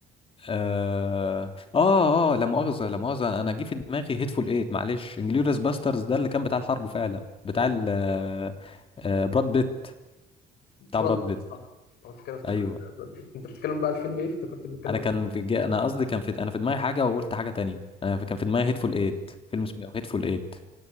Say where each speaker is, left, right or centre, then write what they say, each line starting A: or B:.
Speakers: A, on the left; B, on the left.
A: اه اه آه، لا مؤاخذة لا مؤاخذة انا جه في دماغي هيتفول ايت معلش انجلوريوس باسترز ده اللي كان بتاع الحرب فعلا بتاع
B: آه،
A: ال آه، آه، براد بيت
B: براد
A: بتاع براد
B: بيت
A: بيت
B: صح؟ أنا كده افتكرت
A: ايوه
B: براد بيت. أنت بتتكلم بقى عن فيلم إيه؟ افتكرت بنتكلم
A: انا
B: عن
A: كان في جا... انا قصدي كان في انا في دماغي حاجة وقلت حاجة تانية انا في- كان في دماغي هيتفول ايت فيلم اسمه هيتفول ايت